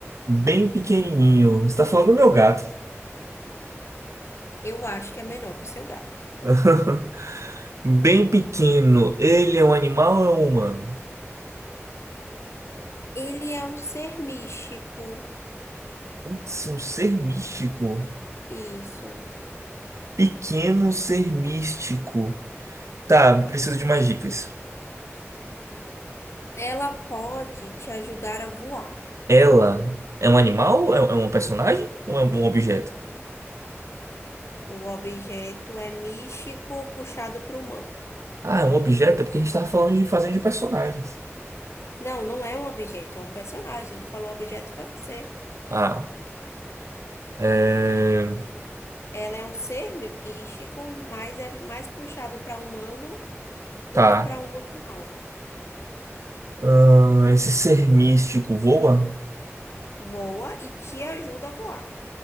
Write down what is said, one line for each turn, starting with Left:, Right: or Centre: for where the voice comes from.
Right: Bem pequenininho. Você tá falando do meu gato.
Left: Eu acho que é menor que o seu gato.
Right: <laughs> Bem pequeno. Ele é um animal ou é um humano?
Left: Ele é um ser místico.
Right: Putz, é um ser místico.
Left: Isso.
Right: Pequeno ser místico. Tá, preciso de mais dicas.
Left: Ela pode te ajudar a voar.
Right: Ela é um animal? É é um personagem? Ou é um objeto?
Left: O objeto é místico puxado para o humano.
Right: Ah, é um objeto? É porque a gente tava falando de fazendo de personagens.
Left: Não, não é um objeto, é um personagem que falou objeto para você.
Right: Ah, é...
Left: Ela é um ser místico, mas é mais puxado para humano do
Right: Tá.
Left: que para um animal.
Right: Ahn, esse ser místico voa?
Left: Voa e te ajuda a voar.